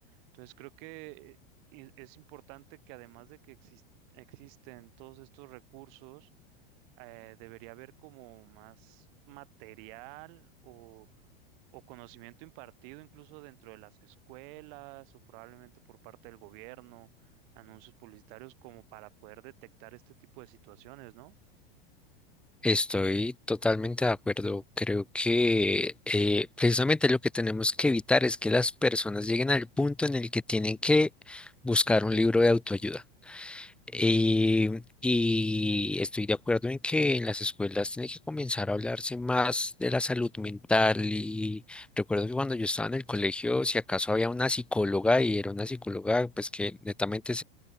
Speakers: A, on the right; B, in the centre.
A: Entonces creo que eh, i- es importante que además de que exis- existen todos estos recursos, eh, debería haber como más material o o conocimiento impartido incluso dentro de las escuelas o probablemente por parte del gobierno, anuncios publicitarios como para poder detectar este tipo de situaciones, ¿no?
B: Estoy totalmente de acuerdo. Creo que eh, precisamente lo que tenemos que evitar es que las personas lleguen al punto en el que tienen que buscar un libro de autoayuda. Y, y estoy de acuerdo en que en las escuelas tiene que comenzar a hablarse más de la salud mental. Y recuerdo que cuando yo estaba en el colegio, si acaso había una psicóloga y era una psicóloga, pues que netamente